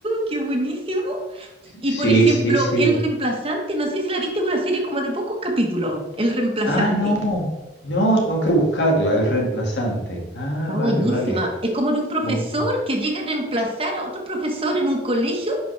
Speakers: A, on the right; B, on the left.
A: Qué buenísima y
B: Sí,
A: por ejemplo,
B: sí, sí.
A: El Reemplazante, no sé si la viste, es una serie como de pocos capítulos, El Reemplazante.
B: Ah, no, no, tengo que buscarla, el reemplazante. Ah,
A: Está
B: vale,
A: buenísima.
B: vale.
A: Es como de un profesor
B: Bueno, bueno.
A: que llega a reemplazar a otro profesor en un colegio